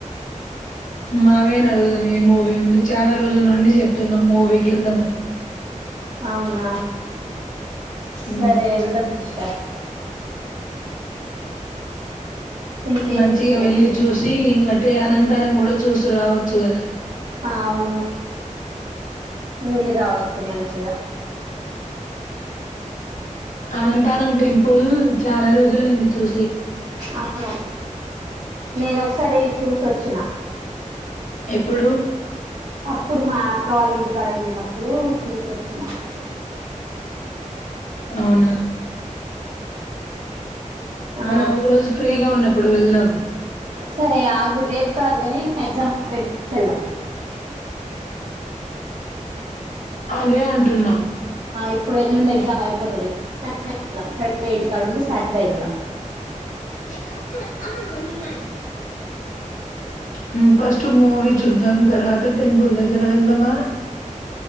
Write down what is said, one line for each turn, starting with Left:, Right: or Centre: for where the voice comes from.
Left: మావే అడుగుదాం ఈ మూవీ ఉంది చాలా రోజుల నుండి చెప్తున్నాం మూవీకి వెళ్దాంమని
Right: అవునా సరే
Left: మ్మ్
Right: వెళ్దాం సిస్టర్ ఇంకేం
Left: మంచిగా
Right: చేస్తున్నారు
Left: వెళ్లిి
Right: సిస్టర్
Left: చూసి అంటే అనంతానం కూడా చూసు రావచ్చు కదా
Right: ఆ అవును వెళ్ళి రావచ్చు మంచిగా
Left: అనంతానం టెంపుల్ చాలా రోజులయింది చూసి
Right: అవును నేన ఒకసారి చూసొచ్చిన
Left: ఎప్పుడు
Right: అప్పుడు మా అక్క వాళ్ళ ఇంటికాడ వెళ్ళినప్పుడు చూసోచ్చిన
Left: అవునా
Right: ఆ
Left: మనం ఒక రోజు ఫ్రీగా ఉన్నప్ ఇప్పుడు వెళ్దాం
Right: సరే ఆగురు రేపు కాదు కాని నేను ఎగ్జామ్ అయి వెళ్ళాము
Left: అదే అంటున్నా
Right: ఇప్పుడు ఎల్లుండి ఎగ్జామ్ అయిపోతుంది వెళ్దాం ఫ్రైడే ఎంటి కాడండి సాటర్డే వెళ్దాం
Left: ఏ క కనన్నా అమ్మీ మ మ్మ్ ఫస్ట్ మూవీ చూద్దాం తర్వాత టెంపుల్ దగ్గర వెళ్దామా